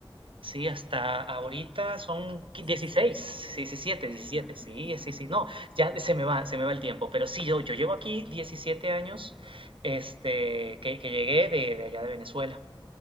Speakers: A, on the right (about 75°); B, on the left (about 55°).
A: sí, hasta ahorita
B: ¿Diez-
A: son
B: 17?
A: qui- 16, sí, 17,
B: Ahí
A: 17,
B: va,
A: sí,
B: <laughs> claro.
A: sí, sí, no, ya se me va, se me va el tiempo, pero sí, yo, yo llevo aquí 17 años, este, que, que llegué de, de allá de Venezuela.